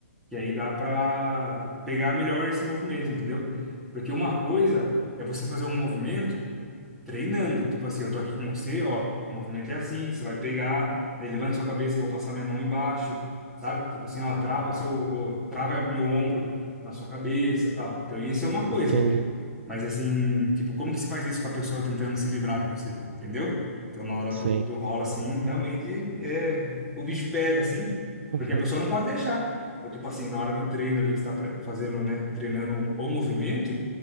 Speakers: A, in the centre; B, on the right (about 50°).
A: E aí dá para pegar melhor esse movimento, entendeu? Porque uma coisa é você fazer um movimento treinando, tipo assim, eu tô aqui com você, ó, o movimento é assim, você vai pegar, né, levanta sua cabeça, eu vou passar minha mão embaixo, sabe? Tipo assim, ó, trava seu, o- trava meu ombro na sua cabeça, tal. Então isso é uma coisa.
B: entendi.
A: Mas assim, tipo, como que se faz isso com a pessoa tentando se livrar de você? Entendeu? Então, na hora
B: Sim.
A: do, do rola, assim, realmente é, o bicho pega, assim,
B: <laughs>
A: porque
B: Uhum.
A: a pessoa não pode deixar. Então, tipo assim, na hora do treino ali que você está fazendo, né? Treinando o movimento.